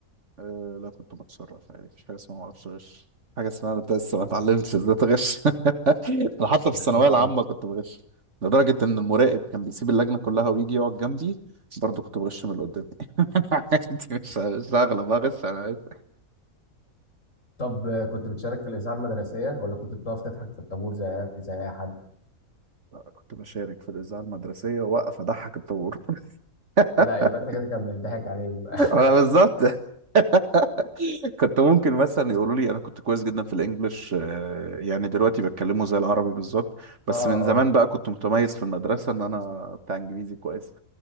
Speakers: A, on the right (about 55°); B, on the left (about 60°).
A: أه لا كنت بتصرف عادي مفيش حاجة اسمها معرفش أغش حاجة اسمها أنا لسه ما اتعلمتش ازاي تغش <laughs> أنا حتى في الثانوية
B: ما هو-
A: العامة كنت بغش لدرجة إن المراقب كان بيسيب اللجنة كلها ويجي يقعد جنبي برضه كنت بغش من اللي قدامي <laughs> أنا عادي مش مش هغلب أغش أنا عادي
B: طب كنت بتشارك في الإذاعة المدرسية ولا كنت بتقف تضحك في الطابور زيك زي أي حد؟
A: لا، كنت بشارك في الإذاعة المدرسية وأقف أضحك الطابور <laughs>
B: لا يبقى أنت كده كان بيضحك عليك بقى
A: أنا
B: <laughs>
A: بالظبط <laughs> كنت ممكن مثلا يقولوا لي انا كنت كويس جدا في الانجليش آه، يعني دلوقتي بتكلمه زي العربي بالظبط بس
B: اه
A: من
B: اه
A: زمان بقى كنت متميز في المدرسه ان انا بتاع انجليزي كويس